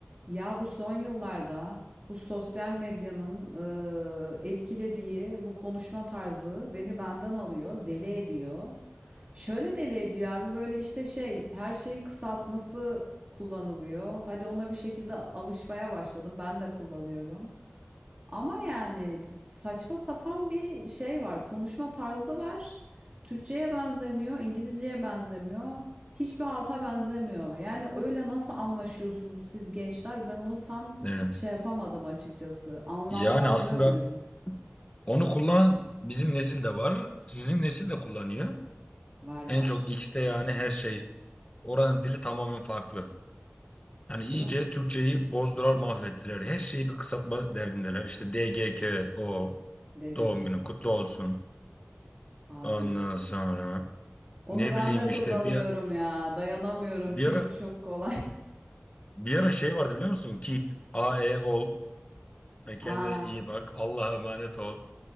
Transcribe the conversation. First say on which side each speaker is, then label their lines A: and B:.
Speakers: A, on the right; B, on the left.
A: Ya bu son yıllarda bu sosyal medyanın e, etkilediği bu konuşma tarzı beni benden alıyor, deli ediyor. Şöyle deli ediyor abi böyle işte şey her şeyin kısaltması kullanılıyor. Hadi ona bir şekilde alışmaya başladım. Ben de kullanıyorum. Ama yani t- saçma sapan bir şey var. Konuşma tarzı var. Türkçeye benzemiyor, İngilizceye benzemiyor. Hiçbir halta benzemiyor. Yani öyle nasıl anlaşıyorsunuz siz gençler? Ben onu tam
B: Evet.
A: şey yapamadım açıkçası. Anlamlandıramıyorum.
B: Yani aslında onu kullanan bizim nesil de var. Sizin nesil de kullanıyor.
A: Var var.
B: En çok X'te yani her şey. Oranın dili tamamen farklı. Yani iyice
A: Değil mi?
B: Türkçeyi bozdular, mahvettiler. Her şeyi bir kısaltma derdindeler. İşte D G K o
A: DGKO.
B: doğum günü kutlu olsun.
A: Abi.
B: Ondan sonra
A: Onu
B: ne
A: ben
B: bileyim
A: de kullanıyorum
B: işte bir
A: ya. Dayanamıyorum
B: bir
A: çünkü
B: ara
A: çok kolay.
B: bir ara şey vardı biliyor musun? Keep, A E ol, ve kendine
A: <laughs> Aa,
B: iyi bak, Allah'a emanet ol.